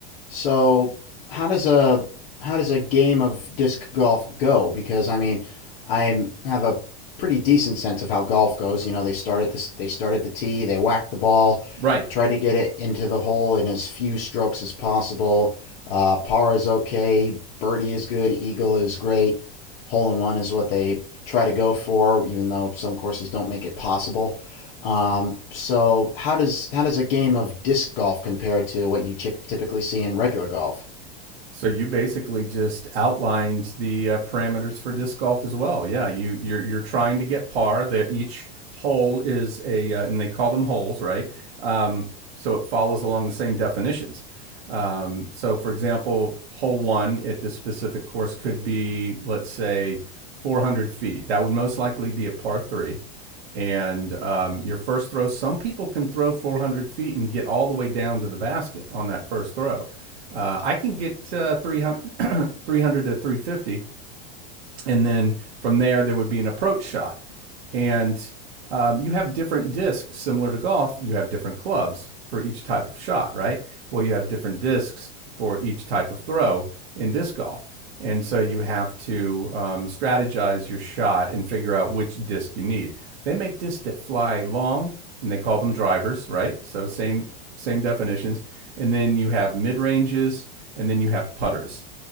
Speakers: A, on the left (about 60°); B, on the right (about 85°).
A: So, how does a how does a game of disc golf go? Because I mean, I have a pretty decent sense of how golf goes. You know, they start at this, they start at the tee, they whack the ball,
B: Right.
A: try to get it into the hole in as few strokes as possible. Uh, par is okay, birdie is good, eagle is great, hole in one is what they try to go for, even though some courses don't make it possible. Um, so how does how does a game of disc golf compare to what you chick typically see in regular golf?
B: So you basically just outlined the uh, parameters for disc golf as well. Yeah, you you're you're trying to get par. That each hole is a uh, and they call them holes, right? Um, so it follows along the same definitions. Um, so for example, hole one at this specific course could be let's say 400 feet. That would most likely be a par three and um, your first throw. Some people can throw 400 feet and get all the way down to the basket on that first throw. Uh, I can get uh, 300, <clears throat> to 350 and then from there there would be an approach shot and um, you have different discs similar to golf you have different clubs for each type of shot right well you have different discs for each type of throw in disc golf and so you have to um, strategize your shot and figure out which disc you need they make discs that fly long and they call them drivers right so same same definitions and then you have mid ranges and then you have putters